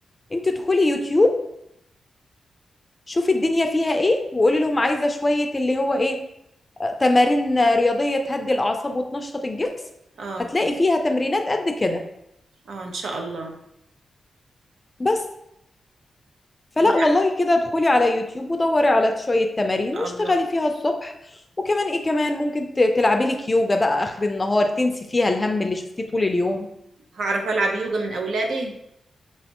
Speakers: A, on the left; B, on the right.
A: انت ادخلي يوتيوب شوفي الدنيا فيها ايه وقولي لهم عايزة شوية اللي هو ايه آه، تمارين رياضية تهدي الأعصاب وتنشط الجسم
B: اه
A: هتلاقي فيها تمرينات قد كده
B: اه ان شاء الله
A: بس فلا
B: ولا
A: والله
B: ان
A: كده ادخلي على يوتيوب ودوري على شوية تمارين
B: شاء
A: واشتغلي
B: الله
A: فيها الصبح وكمان ايه كمان ممكن ت- تلعبي لك يوجا بقى آخر النهار تنسي فيها الهم اللي شفتيه طول اليوم
B: هعرف العب يوجا من اولادي